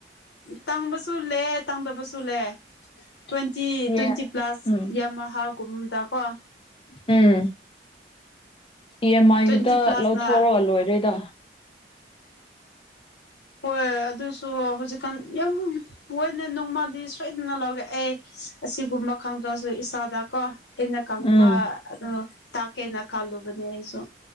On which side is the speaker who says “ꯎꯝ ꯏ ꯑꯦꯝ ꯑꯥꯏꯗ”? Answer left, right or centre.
Left